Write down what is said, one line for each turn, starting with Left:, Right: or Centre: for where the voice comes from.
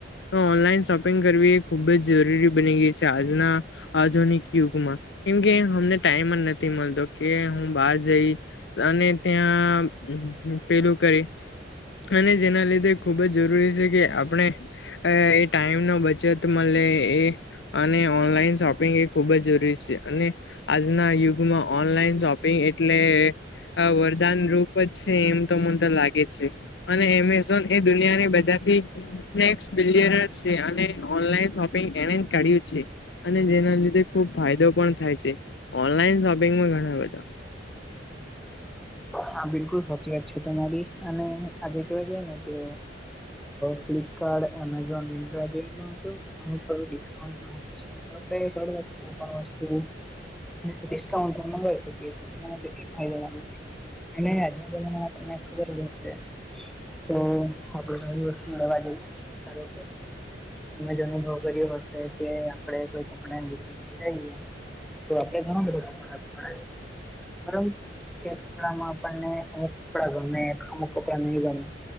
Left: તો ઓનલાઈન શોપિંગ કરવી એ ખૂબ જ જરૂરી બની ગઈ છે આજના આજુની યુગમાં કેમકે અમને ટાઈમ જ નથી મળતો કે હું બહાર જઈ અને ત્યાં પેલું કરી અને જેના લીધે ખૂબ જ જરૂરી છે કે આપણે અ એ ટાઈમ નો બચત મળે એ અને ઓનલાઈન શોપિંગ એ ખુબ જ જરૂરી છે અને આજનાયુગ માં ઓનલાઈન શોપિંગ એટલે આ વરદાન રૂપ જ છે એમ તો મને તો લાગે છે અને એમેઝોન એ દુનિયાની બધાથી સ્નેક્સ ડલરસ છે અને ઓનલાઈન શોપિંગ એને ક્યું છે અને જેના લીધે ખુબ ફાયદો પણ થાય છે ઓનલાઈન શોપિંગમાં ઘણા બધા
Centre: હા બિલકુલ સાચી વાત છે તમારી અને આજે કેવા જાય ને કે ફ્લિપકાર્ટ એમેઝોન મંદ્રા જેમાં કું કે ઘણું ખડું ડિસ્કાઉન્ટ પણ હોય છે તો આપડે સરળ નથી કો પણ વસ્તુ ડિસ્કાઉન્ટ પણ મગાવી શકીએ છીએ, તેનો એ ફાયદો લાગે છે? નહીં, આજ મને તમને ખબર જ હશે. તો અગણી વતુ મેવા જઈએારો <unintelligible> અમે જ અનુભવ કર્યો હશે કે આપડે કોઈ કપડાની દુકાન પર જઈએ તો આપડે ઘણ બધા કપડાડ પરંતુ કડામાં આપણને અમુક કપડા ગમે અમુક કપડાં નહીં ગમે